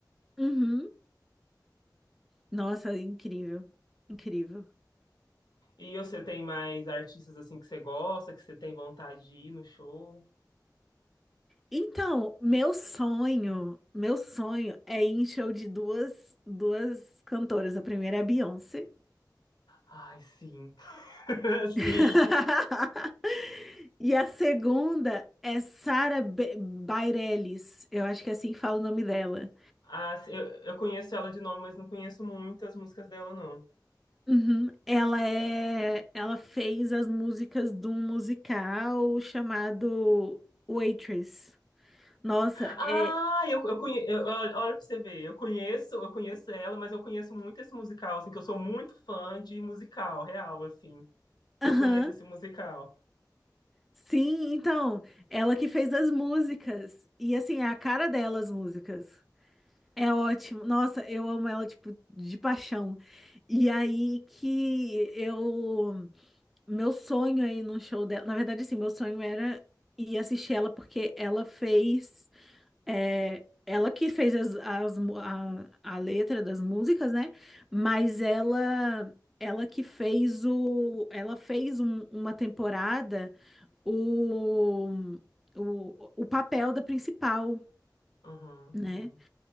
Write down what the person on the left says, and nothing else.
E você tem mais artistas assim que você gosta, que você tem vontade de ir no show?
Ai, sim. <laughs>
Sim.
Ah, sim, eu, eu conheço ela de nome, mas não conheço muitas músicas dela, não.
Ah,
eu, eu conheço. Olha, olha pra você ver. Eu conheço, eu conheço ela, mas eu conheço muito esse musical, assim, que eu sou muito fã de musical, real, assim.
Eu conheço esse musical.
Uhum,
sim.